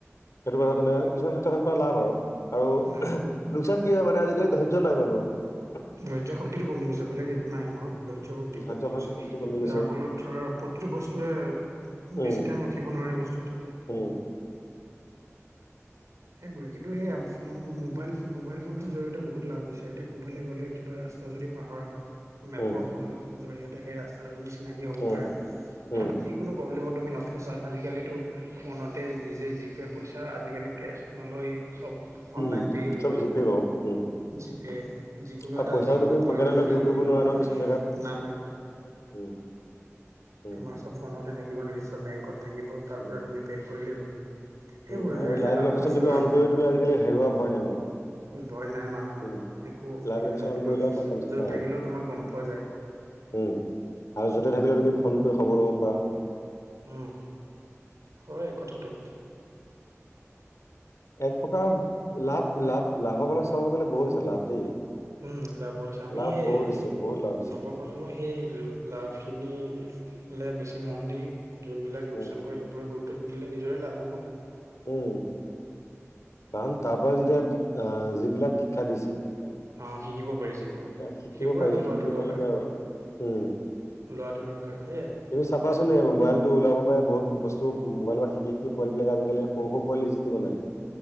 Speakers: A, on the left; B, on the right.
A: সেইটো কথা তেনে কিছুমান ক্ষেত্ৰত লাভ আৰু। আৰু
B: উম
A: লোকচান কি হয় মানে আজিকালি ধৈৰ্য্য নাই মানুহৰ।
B: ধৈৰ্য্য শক্তিটো কমি গৈছে বেলেগ একো নাই হোৱা ধৈৰ্য্য শক্তি
A: ধৈৰ্য
B: কমি গৈছে।
A: শক্তি কমি গৈছে
B: যাৰ ফলত ধৰা প্ৰতিটো বস্তুৱে
A: উম,
B: বেছি টাইম ৰখিব নোৱাৰে বস্তু এটালৈ।
A: উম,
B: সেইবোৰে কিন্তু সেইয়া ফোন মাইল মোবাইল ফোনটোৰ জৰিয়তে বহুত লাভ হৈছে। এতিয়া কবালৈ গ'লে কিবা ৰা ৰাস্তা যদি পাহৰা হয়। মেপৰ
A: উম,
B: সহায়ত জৰিয়তে সেই ৰাস্তাটো তুমি চিনাকি হ'ব
A: উম,
B: পাৰা
A: উম।
B: যিকোনো প্ৰব্লেমত তুমি নফচা। আজিকালিতো ফোনতে নিজে জি পে' পইচা আজিকালি কেছ নলয়ে। চব অনলাইন
A: উম,
B: পে হৈ
A: চব
B: গ'ল।
A: জিপে বাৰু উম,
B: জী পে যিকোনো
A: আৰু
B: এটা
A: পইচাও
B: যিকোনো
A: তুমি
B: পৰিৱেশতে
A: পকেটলৈ ঘূৰি
B: তুমি
A: ফুৰিব নোৱাৰা নহয় কিছুমান জেগাত।
B: নালাগে
A: উম, উম,
B: তোমাৰ চব ফোনতে থাকিব বেংকত থাকিব তাৰ
A: উম,
B: পৰা তুমি পে' কৰিলেই হ'ল সেইবোৰৰ
A: উম, আৰু
B: জৰিয়তে
A: লাইভ
B: লাভো
A: লোকেশ্যন
B: হৈছে।
A: তুমি
B: বাৰু
A: অন কৰিও তুমি আজিকালি হেৰুৱা ভয় নাই মানুহৰ।
B: ভয় নাই মানুহৰ
A: উম,
B: একো অসুবিধা
A: লাইভ লোকেশ্যন
B: নাই
A: অন
B: তোমাক
A: কৰি লোৱা
B: য'ত
A: তোমাৰ টেনচন নাই
B: থাকিলেও
A: আৰু
B: তোমাক গম পোৱা যায়।
A: উম, আৰু য'তে থাকিলে তুমি ফোন কৰি খবৰ ল'ব পাৰা।
B: উম, হয় কথাটো।
A: এক প্ৰকাৰ লাভ- লাভ-লাভৰ পৰা চাব গ'লে বহুত আছে লাভ দেই।
B: উম, লাভ বহুত আছে। আমি
A: লাভ
B: হেই
A: বহুত দিছে বহুত লাভ হৈছে
B: নৱ প্ৰজন্মই সেই লাভখিনি লে বেছি মন দি যোনবিলাক লোকচান
A: উম,
B: কৰে সেইবোৰত গুৰুত্ব নিদিলে নিজৰে লাভ হ'ব।
A: উম, কাৰণ তাৰ পৰা যেতিয়া আ যিবিলাক শিক্ষা দিছে।
B: অ', শিকিব পাৰি যিবোৰ
A: এ শিকিব
B: সেইবোৰ
A: পাৰি
B: আমি লোৱাটো
A: শিকিব
B: দৰকাৰ
A: লাগে আৰু উম।
B: লোৱাটো দৰকাৰ সেয়াই
A: তুমি চাবাচোনে মোবাইলটো ওলাব পাই বহুত বস্তু মোবাইলৰ পৰা শিকি শিকি পোৱা এইবিলাক আজিকালি সৰু সৰু পোৱালি যিটি বনাই দিয়ে।